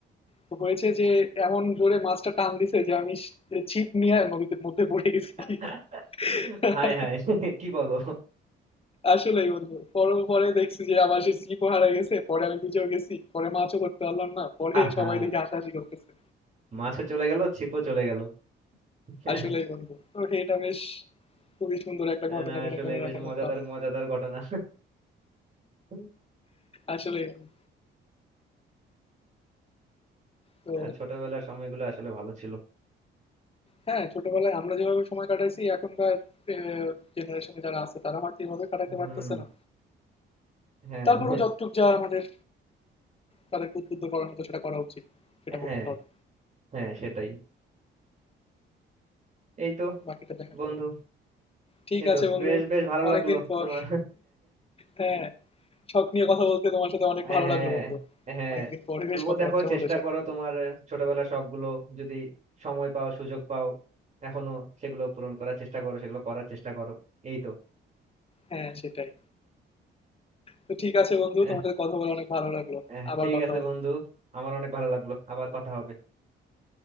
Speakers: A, on the left; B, on the right.
A: তো হয়েছে যে এমন জোরে মাছটা টান দিছে যে আমি ছিপ নিয়ে নদীর মধ্যে পড়ে গেছি
B: <laughs>
A: <laughs>
B: হাই হাই কি বলো
A: আসলেই বন্ধু পরে পরে দেখছি যে আমার সেই ছিপও হারা গেছে পরে আমি নিজেও গেছি পরে মাছও করতে পারলাম না পরে
B: আহা
A: সবাই দেখে হাসাহাসি করতেছে
B: মাছও চলে গেল ছিপও চলে গেল <laughs>
A: আসলেই বন্ধু তো এটা বেশ খুবই সুন্দর একটা ঘটনা
B: না
A: যেটা
B: আসলে
A: মনে
B: বেশ
A: রাখার
B: মজাদার
A: মতো আমার
B: মজাদার ঘটনা <laughs>
A: আসলেই বন্ধু। তো
B: ছোটবেলার সময়গুলো আসলে ভালো ছিল
A: হ্যাঁ, ছোটবেলায় আমরা যেভাবে সময় কাটাইছি এখনকার জেনারেশনে যারা আছে তারা হয়তো এভাবে কাটাতে
B: হুম
A: পারতেছে না।
B: হ্যাঁ
A: তারপরেও
B: হ্যাঁ
A: যতটুক যা আমাদের তাদেরকে উদ্বুদ্ধ করার মতো সেটা করা উচিত। সেটা
B: হ্যাঁ
A: করতে হবে।
B: হ্যাঁ, সেটাই এই তো
A: বাকিটা দেখার।
B: বন্ধু
A: ঠিক
B: এই তো
A: আছে বন্ধু,
B: বেশ বেশ ভালো
A: অনেকদিন
B: লাগলো
A: পর
B: তোমার
A: হ্যাঁ, শখ নিয়ে কথা বলতে তোমার সাথে অনেক
B: হ্যাঁ
A: ভালো লাগলো বন্ধু।
B: হ্যাঁ
A: অনেকদিন পরে
B: তবুও
A: বেশ কথাবার্তা
B: দেখো চেষ্টা
A: হলো এসব
B: করো
A: নিয়ে।
B: তোমার ছোটবেলার শখ গুলো যদি সময় পাও সুযোগ পাও এখনো সেগুলো পূরণ করার চেষ্টা করো সেগুলো করার চেষ্টা করো এই তো
A: হ্যাঁ, সেটাই। তো ঠিক আছে বন্ধু,
B: আহ,
A: তোমার সাথে কথা বলে অনেক ভালো লাগলো।
B: আহ,
A: আবার
B: ঠিক
A: কথা
B: আছে
A: হবে।
B: বন্ধু আমার অনেক ভালো লাগলো আবার কথা হবে